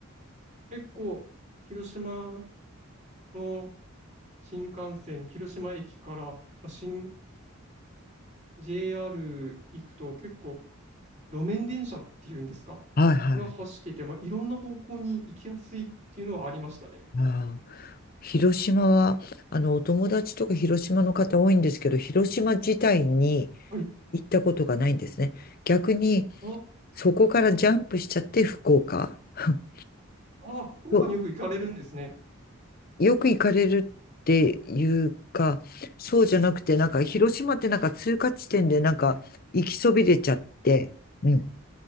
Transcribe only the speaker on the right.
結構、広島の新幹線、広島駅から、まあ新 JR 行くと、結構、路面電車っていうんですか
が走ってて、まあ、いろんな方向に行きやすいっていうのはありましたね。
はい。
あ、
あ、福岡によく行かれるんですね。